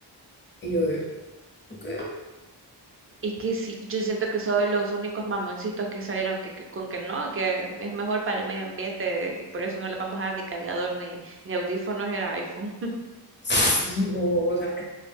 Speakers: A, on the left (about 25°); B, on the right (about 35°).
A: Y yo de, ok.
B: Y que sí, yo siento que son los únicos mamoncitos que salieron que, que- con que no, que es mejor para el medio ambiente y por eso no le vamos a dar ni cargador ni, ni audífonos, era iPhone.
A: Sí, vos, o sea,